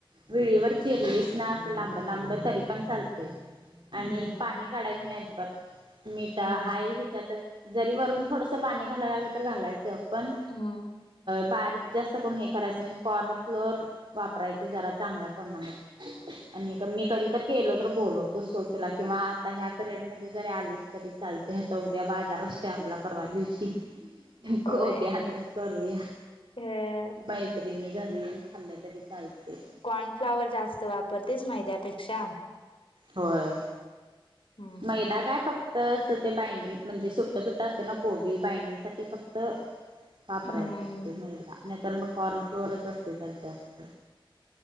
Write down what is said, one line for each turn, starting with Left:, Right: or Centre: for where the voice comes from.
Right: विळीवर चिरलीस ना असं लांबडं लांबडं तरी पण चालते, आणि
Left: हम्म हम्म
Right: पाणी काढायच नाही अजिबात मीठा
Left: हम्म
Right: हाय ह्याच्यातच जरी वरून थोडसं पाणी घालायला लागलं तर घालायचं पण
Left: हम्म
Right: बारीक जास्त कोण हे करायचं नाही कॉर्नफ्लोर वापरायच जरा चांगल्या प्रमाणात आणि मी कधी तर केलो तर बोलवतोच, सोड तुला किंवा आता ह्या पिरियड मध्ये जरी आलीस तरी चालते. ह्या तर उद्या बाजार असते आपला परवा दिवशी
Left: होय
Right: कोबी आणून करूया.
Left: अ
Right: मैत्रिणी घरी येन खाल्लं तरी चालते.
Left: कॉर्नफ्लावर जास्त वापरतेस मैद्यापेक्षा?
Right: व्हय,
Left: हम्म हम्म
Right: मैदा काय फक्त तर असं ते बाइंडिंग म्हणजे सुट्ट, सुट्ट असते ना कोबी बाइंडिंगसाठी फक्त वापरायचं
Left: हम्म
Right: असते मैदा, नाहीतर मग कॉर्न फ्लोअरच असते त्यात जास्त.